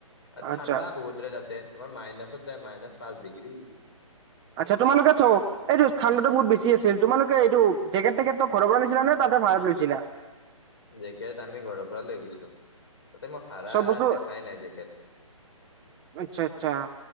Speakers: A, on the left (about 50°); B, on the right (about 15°).
A: আৰু
B: আচ্ছা
A: ঠাণ্ডা বহুতৰে তাতে তোমাৰ মাইনাছত যায় মাইনাছ পাঁচ ডিগ্ৰী
B: আচ্ছা তোমালোক চ এইটো ঠাণ্ডাো বহুত বেছি আছিল তোমালোকে এইটো জেকেটেকেটটো ঘৰৰ পৰা নিছিলা নে <unintelligible> তাতে ভাৰাত লৈছিলা
A: জকীয়াত আমি ঘৰৰ পৰা লৈ গৈছো <unintelligible> তাতে মই ভাড়া
B: চব বস্তু
A: দেখাই নাই জেকেট
B: আচ্ছা আচ্ছা